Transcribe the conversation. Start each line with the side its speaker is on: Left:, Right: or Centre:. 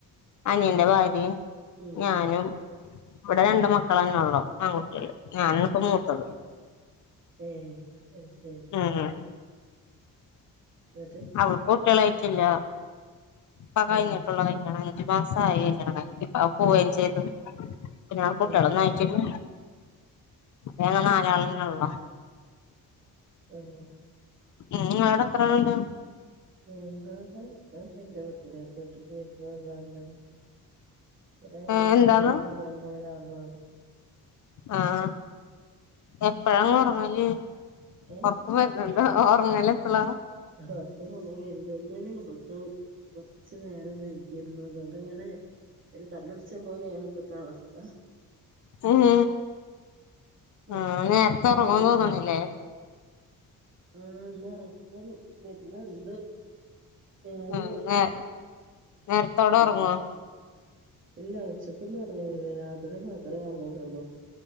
Left: അനിയന്റെ ഭാര്യയും
Right: ഉം
Left: ഞാനും ഇവിടെ രണ്ട് മക്കളന്നെ ഒള്ളു ആൺ കുട്ട്യാള്, ഞാനാണിപ്പോ
Right: ഉം
Left: മൂത്തത്
Right: ഏഹ് അത് ശരി
Left: ഞാനാ
Right: അതെ
Left: അവള്ക്ക് കുട്ടികളായിട്ടില്ല, പ്പം കഴഞ്ഞിട്ടുള്ളു
Right: ആഹ്
Left: കല്യാണം ഒരു മാസായി കല്യണം കഴിഞ്ഞിട്ട്. പ്പ അവൻ പോവേം
Right: ആഹ്
Left: ചെയ്ത്. പ്പ ഞാൻ കുട്ടിയളെ
Right: ആഹ്
Left: നോ. ട്ടില്ല ഞങ്ങൾ നാലാളെന്നെ ഒള്ളു
Right: ആഹ്
Left: ഉം ഇങ്ങളോടെത്രാളുണ്ട്
Right: ഇന്റോടെ ഞാനിപ്പോ ഇന്റെ വീട്ടിലാ എന്റെ വീട്ടക്ക് വരുന്ന <unintelligible> ഇവിടെ ഞങ്ങൾക്
Left: ഏ എന്താന്ന്
Right: മൂന്ന് പെണ്ണും ഒരാണും ആണ്
Left: ആഹ് എപ്പഴാ ങൾ ഒർങ്ങല്,
Right: ഏഹ്
Left: ഒർ ക്കം വരുന്നുണ്ടോ ഒർങ്ങലെപ്പളാ
Right: <unintelligible> കൊർച്ച് നേരം വെകിരുന്നു അതോണ്ട്ങ്ങനെ ഒരു കള്ളുട്ച്ച പോലെയാണ് പ്പത്തവസ്ഥ
Left: ഉം
Right: ഒറക്കം
Left: ആഹ് നേരത്തൊറങ്ങും
Right: അതുകൊണ്ട്
Left: തോന്ന്ണ്ല്ലേ?
Right: ആഹ് ന്നൊറക്കം വരുന്നുണ്ട് ഞാന്
Left: ഉം നേ നേരത്തോടെ
Right: <unintelligible>
Left: ഒറങ്ങോ
Right: ഇല്ല ഉച്ചക്കൊന്നും ഒർങ്ങലില്ല രാത്രി മാത്രേ ഒർങ്ങലുള്ളു